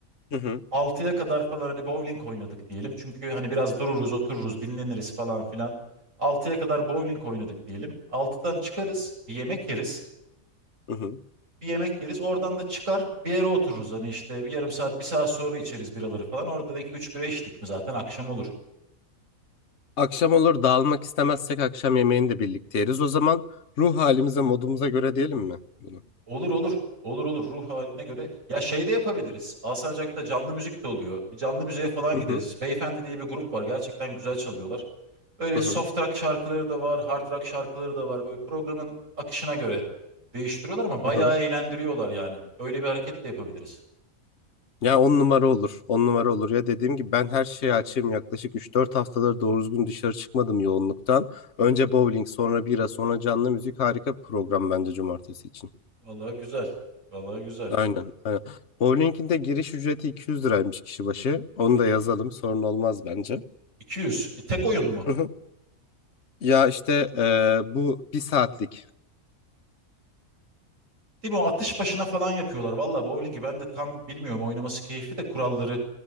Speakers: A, on the left; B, on the right.
A: Hı hı.
B: Altıya kadar falan hani bowling oynadık diyelim. Çünkü hani biraz dururuz, otururuz, dinleniriz falan filan. altıya kadar bowling oynadık diyelim. altıdan çıkarız, bir yemek yeriz.
A: Hı hı.
B: Bir yemek yeriz, oradan da çıkar bir yere otururuz. Hani işte bir yarım saat, bir saat sonra içeriz biraları falan. Orada da 2-3 bira içtik mi zaten akşam olur.
A: Akşam olur dağılmak istemezsek akşam yemeğini de birlikte yeriz. O zaman ruh halimize, modumuza göre diyelim mi bunu?
B: Olur olur. Olur olur ruh haline göre. Ya şey de yapabiliriz. Alsancak'ta canlı müzik de oluyor. Bir canlı müziğe falan
A: Hı
B: gideriz.
A: hı
B: Beyefendi diye bir grup var. Gerçekten güzel çalıyorlar. Böyle
A: hı
B: soft
A: hı.
B: rock şarkıları da var, hard rock şarkıları da var. Böyle programın akışına göre değiştiriyorlar ama bayağı
A: hı hı.
B: eğlendiriyorlar yani. Öyle bir hareket de yapabiliriz.
A: Ya on numara olur. On numara olur. Ya dediğim gibi ben her şeye açığım. Yaklaşık üç dört haftadır doğru düzgün dışarı çıkmadım yoğunluktan. Önce bowling, sonra bira, sonra canlı müzik harika bir program bence cumartesi için.
B: Vallahi güzel. Vallahi güzel.
A: Aynen. aynen. Bowling'in de giriş ücreti 200 liraymış kişi başı. Onu
B: İki-
A: da yazalım. Sorun olmaz bence.
B: 200. E, Tek oyun mu?
A: Hı hı. Ya işte eee, bu bir saatlik
B: Değil mi? O atış başına falan yapıyorlar. Vallahi bowling'i ben de tam bilmiyorum. Oynaması keyfi de kuralları.